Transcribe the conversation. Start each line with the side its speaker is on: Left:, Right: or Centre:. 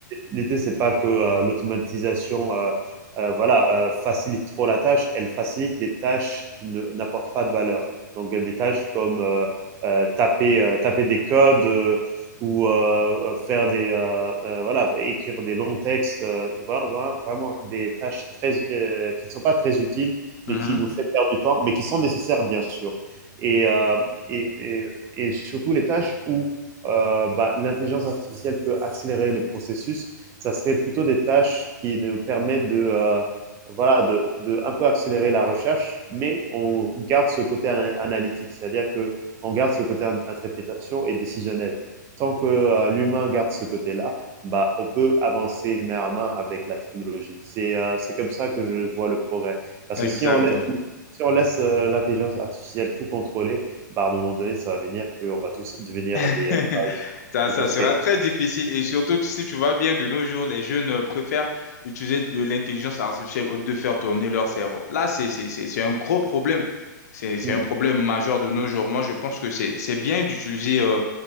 Right: l'idée, c'est pas que euh, l'automatisation euh, euh, voilà, euh, facilite trop la tâche, elle facilite les tâches qui ne- n'apportent pas de valeur. Donc, euh, des tâches comme euh, euh, taper, euh, taper des codes euh, ou euh, euh, faire des, euh, euh, voilà, écrire des longs textes, euh, vra- vraiment des tâches très, euh, qui ne sont pas très utiles,
Left: Mhm.
Right: mais qui nous fait perdre du temps, mais qui sont nécessaires, bien sûr. Et, euh, et, et, et surtout les tâches où euh, bah, l'intelligence artificielle peut accélérer le processus. Ça serait plutôt des tâches qui nous permettent de, euh, voilà, de, de un peu accélérer la recherche, mais on garde ce côté ana- analytique, c'est-à-dire que on garde ce côté interprétation et décisionnel. Tant que euh, l'humain garde ce côté-là, bah, on peut avancer main à main avec la technologie. C'est euh, c'est comme ça que je vois le progrès. Parce
Left: Exactement.
Right: que si on laisse, si on laisse euh, l'intelligence artificielle tout contrôler, bah, à un moment donné, ça va venir qu'on va tous devenir
Left: <laughs>
Right: des,
Left: Ça,
Right: et
Left: ça
Right: ça se
Left: sera
Right: fait.
Left: très difficile. Et surtout, si tu vois bien, de nos jours, les jeunes euh, préfèrent utiliser de l'intelligence artificielle au lieu de faire tourner leur cerveau. Là, c'est, c'est, c'est c'est un gros problème. C'est, c'est
Right: Mm,
Left: un problème majeur de nos jours. Moi, je pense que c'est, c'est bien d'utiliser euh,